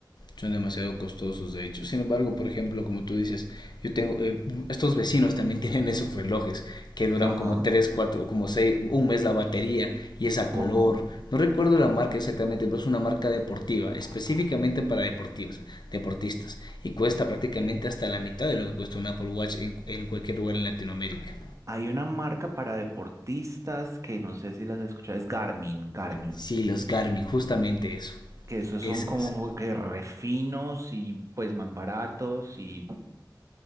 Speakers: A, on the left (about 70°); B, on the right (about 45°).
A: son demasiado costosos de hecho. Sin embargo, por ejemplo, como tú dices, yo tengo eh, estos vecinos también <laughs> tienen esos relojes que duran
B: Ajá,
A: como 3, 4, como seis. un mes la batería y es a
B: ajá.
A: color. No recuerdo la marca exactamente, pero es una marca deportiva, específicamente para deportivos, deportistas y cuesta prácticamente hasta la mitad de lo que cuesta un Apple Watch en, en cualquier lugar en Latinoamérica.
B: Hay una marca para deportistas que no sé si las has escuchado, es Garmin, Garmin,
A: Sí, los Garmin, justamente eso.
B: que esos
A: Ese
B: son como
A: es.
B: que refinos y pues más baratos y,